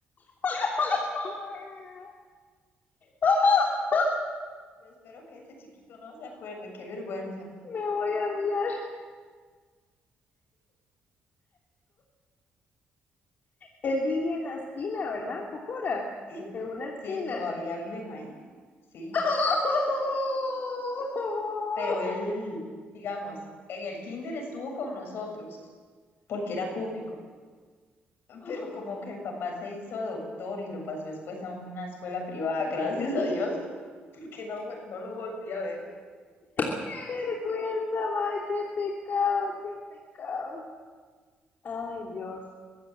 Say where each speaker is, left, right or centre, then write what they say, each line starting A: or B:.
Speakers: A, on the left; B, on the left.
A: <laughs> Ah,
B: Yo espero que ese chiquito no se acuerde, qué vergüenza.
A: me voy a miar. Él vivía en la esquina, ¿verdad? En Pocora,
B: Sí,
A: en una esquina.
B: sí, todavía viven ahí, sí,
A: <laughs>
B: pero él, digamos, en el kinder estuvo con nosotros porque era público, <laughs>
A: Ay.
B: pero como que el papá se hizo doctor y lo pasó después a una escuela privada, <laughs> gracias a Dios, porque no, me- no lo volví a ver.
A: qué vergüenza, mae, qué pecado, qué pecado. Ay, Dios.